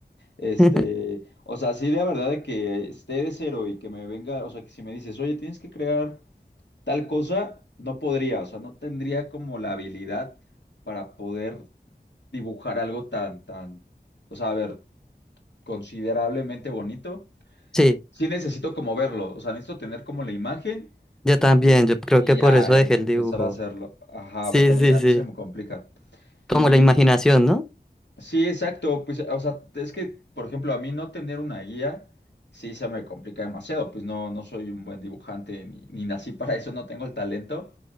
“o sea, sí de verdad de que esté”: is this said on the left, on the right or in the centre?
Left